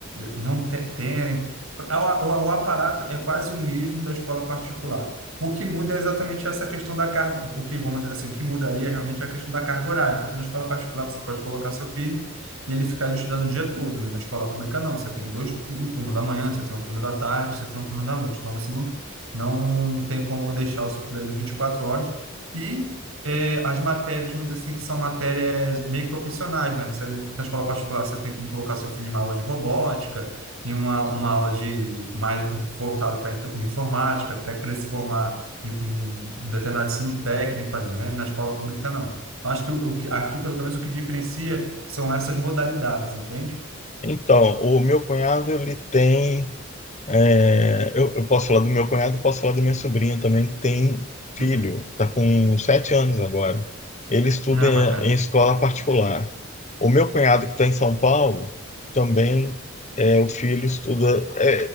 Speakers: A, on the right; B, on the left.
A: não te- tem, o, o- o aparato é quase o mesmo da escola particular. O que muda é exatamente essa questão da carga, o que, vamos dizer assim, o que mudaria realmente é a questão da carga horária, porque na escola particular você pode colocar seu filho e ele ficar ali estudando o dia todo, né? Na escola pública não, você tem dois, tu- o turno da manhã, você tem um turno da tarde, você tem um turno da noite, então você não, não tem como deixar o seu filho ali 24 horas, e é, as matérias, vamos dizer assim, que são matérias meio que opcionais, né? Você, na escola particular, você tem que colocar seu filho em uma aula de robótica, em uma, uma aula de mais voltada para informática, até para ele se formar em, em um determinado ensino técnico ali, né? Na escola pública, não. Então, acho que o, o que- aqui, pelo menos, o que diferencia são essas modalidades, entende?
B: Então, o meu cunhado, ele tem É, eu, eu posso falar do meu cunhado, posso falar da minha sobrinha também, que tem filho,
A: Uhum.
B: está com sete anos agora. Ele estuda
A: Ah,
B: em,
A: bacana.
B: em escola particular. O meu cunhado, que está em São Paulo, também é, o filho estuda, é,